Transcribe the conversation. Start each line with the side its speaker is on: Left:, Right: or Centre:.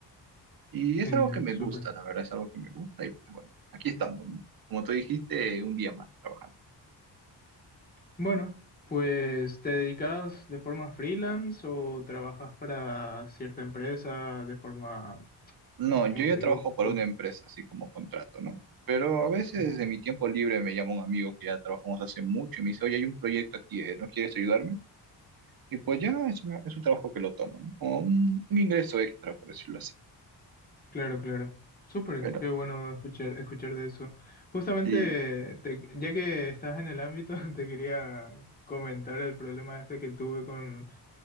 Right: Y
Left: Genial,
Right: es algo que me
Left: súper.
Right: gusta, la verdad, es algo que me gusta y pues bueno, aquí estamos, ¿no? Como tú dijiste, un día más trabajando.
Left: Bueno, pues ¿te dedicas de forma freelance o trabajas para cierta empresa de forma,
Right: No,
Left: como
Right: yo ya
Left: te digo,
Right: trabajo para
Left: contra?
Right: una empresa, así como contrato, ¿no? Pero a veces
Left: Ujú.
Right: de mi tiempo libre me llama un amigo que ya trabajamos hace mucho y me dice, oye, hay un proyecto aquí, ¿eh? ¿No quieres ayudarme? Y pues ya es, una- es un trabajo que lo tomo, ¿no? Como un, un ingreso extra, por decirlo así.
Left: Claro, claro. Súper,
Right: Pero,
Left: qué bueno escuchar, escuchar de eso. Justamente,
Right: sí,
Left: te- ya que estás en el ámbito, <laughs> te quería comentar el problema este que tuve con,